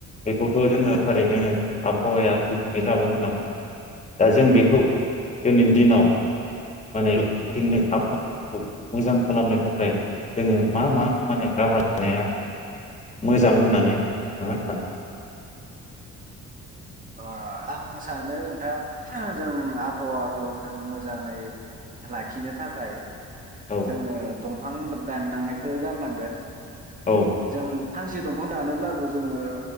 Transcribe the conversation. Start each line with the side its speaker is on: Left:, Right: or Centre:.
Left: बेखौथ' जोङो थारैनो आबहावाया गुबुंले जाबाय होनना मिथियो। दा जों बेखौ दिनैनि दिनाव माने लफिननो आबहावाखौ मोजां खालामनो थाखाय जोङो मा मा माने राहा लानाया मोजां होननानै नोंथाङा सानो?
Right: ओआ आं सानो नोंथां जों आबहावाखौ जों मोजाङै लाखिनो थाखाय
Left: औ
Right: जोङो दं दफां दानांनायखौ गार नांगोन।
Left: औ
Right: जों फांसे दंफां दानोब्लाबो जोङो